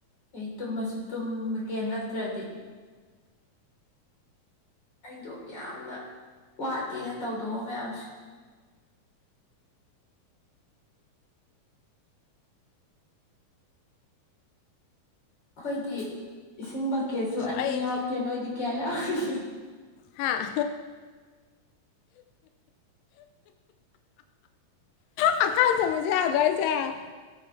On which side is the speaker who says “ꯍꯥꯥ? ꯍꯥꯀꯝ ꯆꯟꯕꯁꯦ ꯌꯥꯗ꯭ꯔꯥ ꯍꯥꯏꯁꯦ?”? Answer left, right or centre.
Left